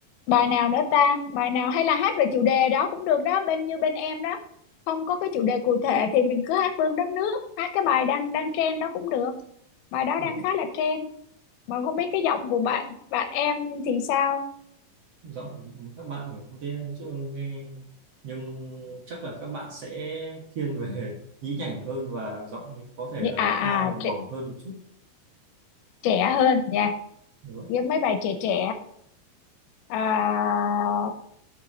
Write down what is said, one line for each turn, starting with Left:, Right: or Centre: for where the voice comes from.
Left: bài nào nữa ta? Bài nào hay là hát về chủ đề đó cũng được đó, bên như bên em đó. Không có cái chủ đề cụ thể thì mình cứ hát Vương đất nước, hát cái bài đang đang trend đó cũng được. Bài đó
Right: Ừ.
Left: đang khá là trend. Mà không biết cái giọng của bạn bạn em thì sao?
Right: giọng của các bạn ở công ty em chưa nghe nhưng chắc là các bạn sẽ thiên về <laughs> nhí nhảnh hơn và giọng có thể
Left: Nhị-
Right: là
Left: À
Right: cao
Left: à
Right: mà mỏng
Left: trẻ,
Right: hơn một chút
Left: trẻ hơn nha.
Right: Dạ vâng.
Left: Với mấy bài trẻ trẻ. À,